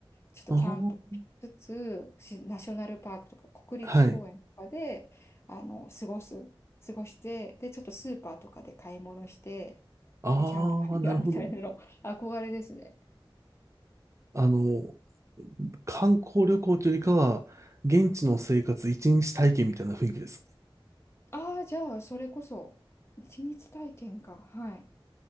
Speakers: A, on the left; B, on the right.
A: ちょっとキャンプしつつ、
B: あー
A: しナショナルパークとか国立公園とかで、
B: はい。
A: あの、過ごす、過ごして、で、ちょっとスーパーとかで買い物して、
B: ああ、
A: で、キャンプファイヤーみたいなの、
B: なるほど。
A: <laughs> 憧れですね。
B: あの、観光旅行というよりかは、現地の生活一日体験みたいな雰囲気です。
A: ああ、じゃあ、それこそ、一日体験か。はい。